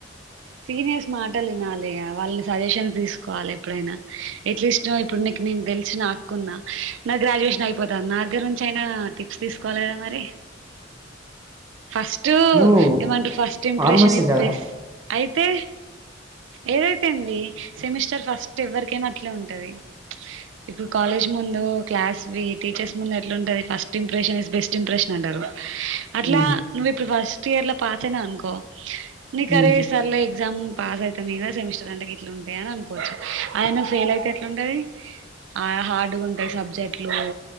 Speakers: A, on the right; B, on the right.
A: సీనియర్స్ మాటలు వినాలే వాళ్ళని సజెషన్స్ తీసుకోవాలి ఎప్పుడైనా ఎట్లీస్ట్ ఇప్పుడు ఇప్పుడు నేను తెలిసిన అక్క ఉన్నా నా గ్రాడ్యుయేషన్ అయిపోతాండి నా దగర నుంచి అయినా టిప్స్ తీసుకోవాలి కదా మరి ఫస్ట్
B: నువ్వు
A: ఫస్ట్ ఇప్రషన్
B: ఫార్మసీ
A: ఇస్
B: కదా
A: బెస్ట్ అయితే ఏదైతే ది సెమిస్టర్ ఫస్ట్ ఎవరికైనా అట్లే ఉంటది ఇప్పుడు కాలేజ్ ముందు క్లాస్ టీచర్స్ ముందు ఎలా ఉంటుది first impression is best impression అంటారు అట్లా
B: ఉమ్,
A: నువ్వు ఇప్పుడు ఫస్ట్ ఇయర్ లో పాస్ అయినాఊ అనుకో నీక
B: ఉమ్,
A: అరే సర్లే ఎగ్జామ్ పాస్ అయితామ్ ఇగ సెమిస్టర్ అంట ఇట్లా ఉంటాయి అని అనుకోవచ్చు అదే ఫెయిల్ అయితే ఎటుంటది ఆ హార్డ్గా ఉంటాయి సబ్జెక్ట్లు